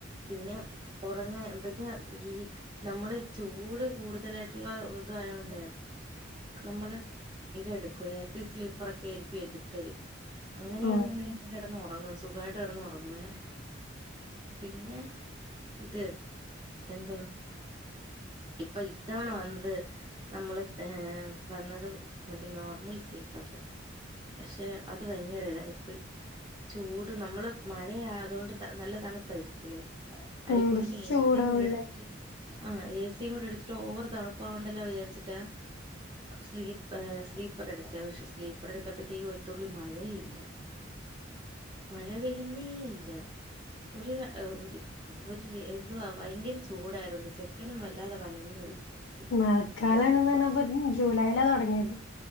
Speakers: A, on the right; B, on the left.
A: പിന്നെ ഉറങ്ങ ബിന്നെ ഈ നമ്മള് ഈ ചൂട് കൂടുതലായിട്ടുള്ള ഇതായോണ്ടെ നമ്മള് ഇതെടുക്കുവെ എ സി സ്ലീപ്പറോക്കെ ആയിരിക്കും എടുക്കല് അങ്ങനെയണെന്നുണ്ടെങ്കിൽ
B: ആഹ്
A: അവൻ കിടന്നു ഉറങ്ങും സുഖമായിട്ട് കിടന്ന് ഉറങ്ങുവേ പിന്നെ ഇത് എന്തുവാ ഇപ്പൊ ഇത്തവണ വന്നത് നമ്മള് ഏഹ് വന്നത് മറ്റേ നോർമൽ സ്ലീപ്പറില പക്ഷെ അത് ഭയങ്കര ഇതായിപ്പോയി ചൂട് നമ്മള് മഴയാത കൊണ്ട് നല്ല തണുപ്പായിരിക്കുംല്ലേ അതിൽക്കൂടി
B: ഉം പക്ഷെ
A: ഇനി
B: ചൂടാവൂലേ
A: ഏസിയും കൂടി എടുത്തിട്ട് ആഹ് എ സിയും കൂടി എടുത്തിട്ട് ഓവർ തണുപ്പ് ആകണ്ടല്ലോ വിചാരിച്ചിട്ടാ സ്ലീപ് ആ സ്ലീപ്പർ എടുത്തേ പക്ഷേ സ്ലീപ് പ്പറെടുത്തപ്പത്തേക്കും ഒരുത്തുള്ളി മഴയ ഇല്ല മഴ പെയ്യുന്നേ ഇല്ല ഒരു കാ ഒരു ഒരു രേ എന്തുവാ ഭയങ്കര ചൂടായിരുന്നു ചെക്കനും വല്ലാതെ വലഞ്ഞു പോയി
B: മഴക്കാലണന്ന്
A: അത്
B: പറഞ്ഞ ഇപ്പൊ ജൂലൈയിലാ തുടങ്ങിയത്